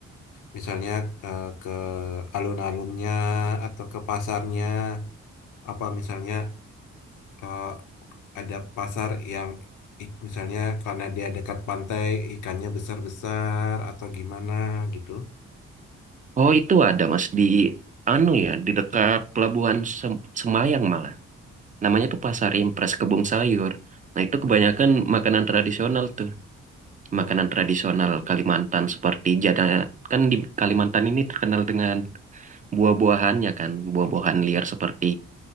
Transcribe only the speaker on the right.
Oh itu ada Mas di anu ya, di dekat pelabuhan Sem- Semayang malah. Namanya tuh Pasar Impres Kebun Sayur. Nah itu kebanyakan makanan tradisional tuh.
makanan tradisional Kalimantan seperti jadah kan di Kalimantan ini terkenal dengan buah-buahannya kan buah-buahan liar seperti